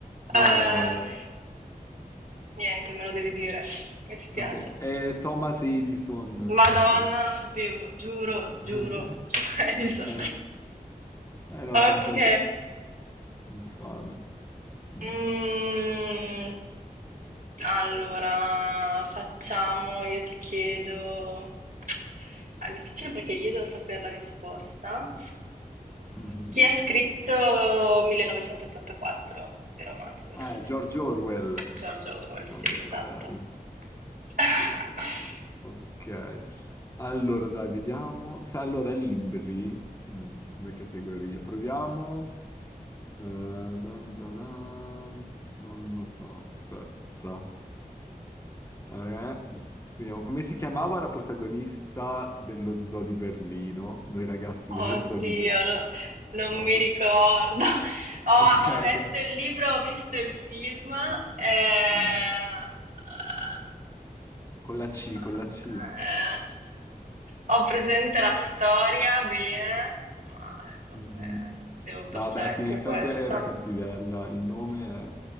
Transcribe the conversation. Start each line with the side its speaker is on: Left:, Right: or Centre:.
Left: No,
Right: Eh,
Left: no, vabbè.
Right: niente, me lo devi dire. Mi spiace.
Left: Ok, è Thomas Edison.
Right: Madonna,
Left: quello.
Right: lo sapevo, giuro, giuro.
Left: <laughs>
Right: <laughs> Edison.
Left: Eh, eh no, sono
Right: Ok.
Left: quelli infami. Mhm,
Right: Mm, allora, facciamo, io ti chiedo... Ah, È difficile perché io devo sapere la risposta.
Left: mhm.
Right: Chi ha scritto 1984? Il romanzo 1984.
Left: Eh, George Orwell,
Right: George Orwell,
Left: il
Right: sì,
Left: Grande
Right: esatto.
Left: Fratello.
Right: <laughs>
Left: Sì, sì. Ok, allora dai, vediamo. Se, allora, libri, mm, come categoria, proviamo. Eh, dun dun dun. non lo so, aspetta. Eh, vediamo, come si chiamava la protagonista dello zoo di Berlino? Noi ragazzi
Right: Oddio,
Left: dello zoo di Berlino.
Right: no- non
Left: No,
Right: mi
Left: forse...
Right: ricordo.
Left: <laughs>
Right: <laughs> Ho,
Left: Ok,
Right: ho
Left: ok.
Right: letto il libro, ho visto il film. eh,
Left: Ah, con la C, con
Right: eh,
Left: la C.
Right: ho presente la storia, bene. ma il nome-
Left: Mhm.
Right: Devo passare
Left: No, beh,
Right: anche
Left: sì, in effetti
Right: questa.
Left: era cattivella. Il nome è